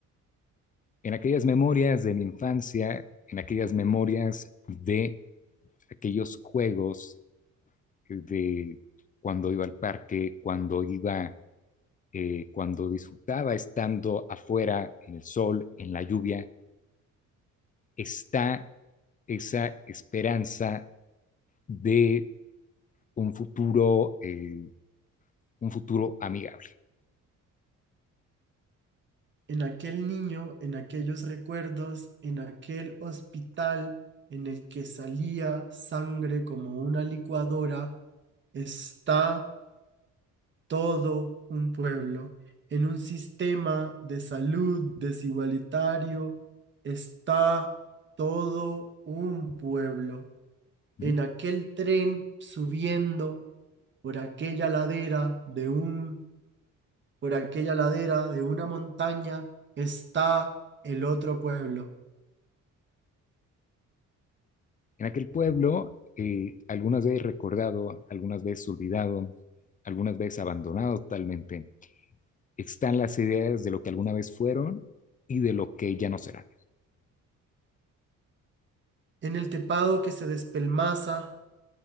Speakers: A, on the left; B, on the right.
A: En aquellas memorias de mi infancia, en aquellas memorias de aquellos juegos de cuando iba al parque, cuando iba, eh, cuando disfrutaba estando afuera, en el sol, en la lluvia, está esa esperanza de un futuro, eh, un futuro amigable.
B: en aquel niño, en aquellos recuerdos, en aquel hospital en el que salía sangre como una licuadora, está todo un pueblo. En un sistema de salud desigualitario está todo un pueblo.
A: Uh
B: En
A: -huh.
B: aquel tren subiendo por aquella ladera de un, por aquella ladera de una montaña está el otro pueblo.
A: En aquel pueblo, eh, algunas veces recordado, algunas veces olvidado, algunas veces abandonado totalmente, están las ideas de lo que alguna vez fueron y de lo que ya no serán.
B: en el tepado que se despelmaza,